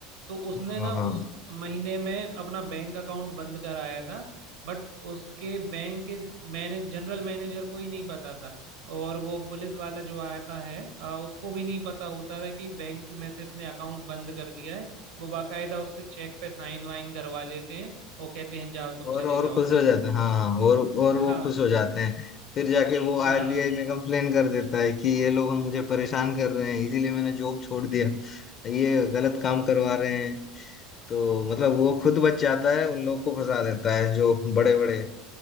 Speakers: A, on the right (about 75°); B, on the left (about 40°).
A: तो उसने
B: हाँ
A: ना
B: हाँ
A: उस महीने में अपना बैंक अकाउंट बंद कराया था बट उसके बैंक के मैने जनरल मैनेजर को ही नहीं पता था और वो पुलिस वाला जो आता है आ, उसको भी नहीं पता होता था कि बैंक में से इसने अकाउंट बंद कर दिया है वो बाकायदा उससे चेक पे साइन वाइन करवा लेते हैं और कहते हैं जाओ तुम
B: और
A: चले
B: और
A: जाओ
B: खुश
A: घर
B: हो जाते हैं हाँ हाँ, और और
A: हाँ
B: वो खुश हो जाते हैं फिर जाके वो आरबीआई
A: हाँ
B: में कंप्लेन कर देता है कि ये लोग हम मुझे परेशान कर रहे हैं इसीलिए मैंने जॉब छोड़ दिया ये गलत
A: बिल्कुल
B: काम करवा रहे हैं तो
A: हम्म।
B: मतलब वो खुद बच जाता है उन लोग को फंसा देता है जो बड़े बड़े